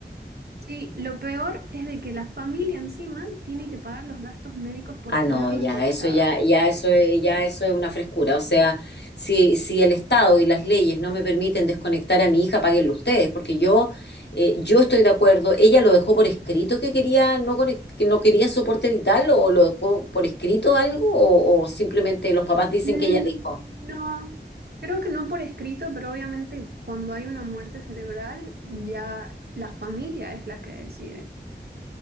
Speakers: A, on the right; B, on the left.
A: sí, lo peor es de que la familia encima tiene que pagar los gastos médicos por
B: Ah,
A: tenerla
B: no, ya
A: conectada.
B: eso ya, ya eso es, ya eso es una frescura. O sea, si, si el Estado y las leyes no me permiten desconectar a mi hija, páguenlo ustedes, porque yo, eh, yo estoy de acuerdo. Ella lo dejó por escrito que quería no conec- que no quería soporte vital, o lo dejó por escrito algo, o, o simplemente los papás dicen
A: Mm,
B: que ella dijo.
A: No, creo que no por escrito, pero obviamente cuando hay una muerte cerebral ya la familia es la que decide.